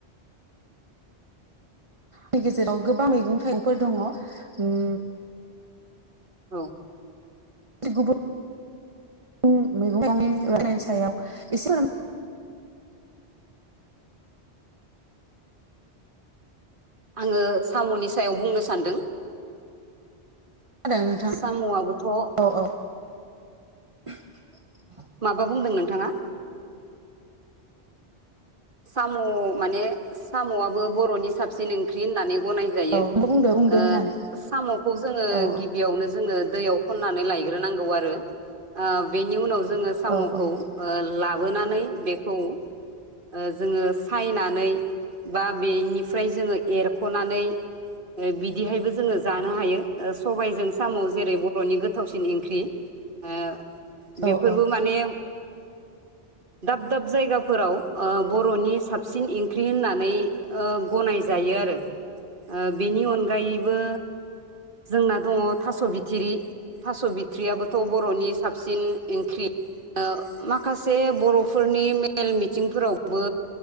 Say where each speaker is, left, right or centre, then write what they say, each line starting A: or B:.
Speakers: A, on the right (about 30°); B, on the right (about 50°).
A: नि गेजेराव गोबां मैगं थाइगंफोर दंङ उम
B: औ
A: गुबुन <unintelligible> मैगं राननायनि सायाव एसे फोर
B: आंङो साम'नि सायाव बुंनो सानदों।
A: होदों नोंथां
B: साम'आबोथ'
A: औ <inaudible>
B: माबा बुंदों नोंथांङा? साम' माने साम'आबो बर'नि साबसिन ओंख्रि होननानै गनाय जायो,
A: औ बुंदो बुंदो
B: ओ
A: होननानै
B: साम'खौ जोंङो
A: औ
B: गिबियावनो जोंङो दैयाव खनानै लाय ग्रो नांगौ आरो ओ बेनि उनाव जोंङो साम'खौ
A: औ औ
B: ओ ला बोनानै बेखौ ओ जोंङो सायनानै बा बेनिफ्राय जोंङो एरख'नानै बिदिहायबो जोंङो जानो हायो, सबायजों साम' जेरै बर'नि गोथावसिन ओंख्रि। ओ बेफोरबो
A: औ औ
B: माने दाब दाब जायगाफोराव ओ बर'नि साबसिन ओंख्रि होननानै ओ गनायजायो आरो ओ बेनि अनगायैबो जोंना दंङ थास' बिथिरि थास' बिथ्रियाबोथ' बर'नि साबसिन ओंख्रि ओ माखासे बर'फोरनि मेल मिथि थिंफोरावबो